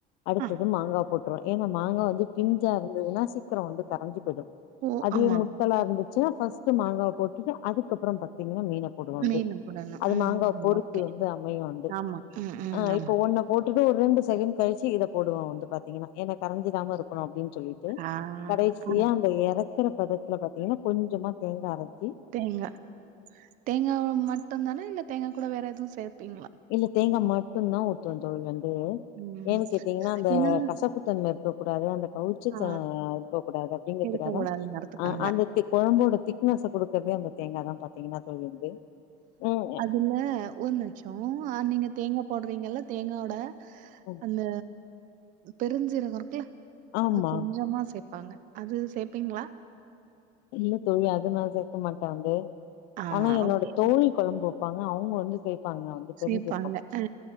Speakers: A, on the left; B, on the right.
A: அடுத்தது
B: ஆ.
A: மாங்கா போட்ருவ ஏன்னா மாங்கா வந்து பிஞ்சா இருந்ததுன்னா சீக்கிரம் வந்து கரஞ்சி போயிடும்
B: ஓ!
A: அதுவே
B: ஆமா.
A: முத்தலா இருந்துச்சுன்னா ஃபர்ஸ்ட்டு மாங்காவ போட்டுட்டு அதுக்கப்புறம் பாத்தீங்கன்னா மீன போடுவ வந்து
B: மீனு போடணும்.
A: அது
B: ம்.
A: மாங்கா பொறுத்து
B: ஓகே.
A: வந்து அமையும் வந்து
B: ஆமா. ம். ம்.
A: ஆ
B: ஆமா.
A: இப்ப ஒன்னு போட்டுட்டு ஒரு ரெண்டு செகண்ட் கழிச்சு இத போடுவேன் வந்து பாத்தீங்கன்னா ஏன்னா கரைஞ்சிடாம இருக்கணும் அப்படின் சொல்லிட்டு
B: ஆ
A: கடைசியா
B: ஆ.
A: அந்த இறக்குற பதத்துல பாத்தீங்கன்னா கொஞ்சமா தேங்கா அரச்சு
B: தேங்கா தேங்காவ மட்டும் தானா இல்ல தேங்கா கூட வேற எதுவும் சேப்பீங்களா
A: இல்ல தேங்கா மட்டும் தான் ஊத்துவ தோழி வந்து
B: ம்.
A: ஏன் கேட்டீங்கன்னா அந்த
B: ஏன்னா,
A: கசப்பு தன்ம இருக்க கூடாது அந்த கவுச்ச
B: ஆ
A: ச இருக்க கூடாது அப்படிங்கிறதுக்கா
B: இருக்கக்கூடாதுங்கிறதுக்காக.
A: ஆ அந்த தி கொழம்போட திக்னஸ கொடுக்கவே அந்த தேங்கா தான் பாத்தீங்கன்னா தோழி வந்து உம்
B: இல்ல ஒரு நிமிஷம் அ நீங்க தேங்கா போடுறீங்கல்ல தேங்காவோட
A: ம்
B: அந்த பெருஞ்சீரகம் இருக்குல
A: ஆமா
B: அது கொஞ்சமா சேப்பாங்க அது சேப்பீங்களா
A: இல்ல தோழி அது நா சேக்க மாட்டேன் வந்து
B: ஆ
A: ஆனா என்னோட
B: ஓகே.
A: தோழி கொழம்பு வைப்பாங்க அவுங்க வந்து சேப்பாங்க
B: சிப்பாங்க
A: தெரிஞ்சிருக்கு
B: ஆ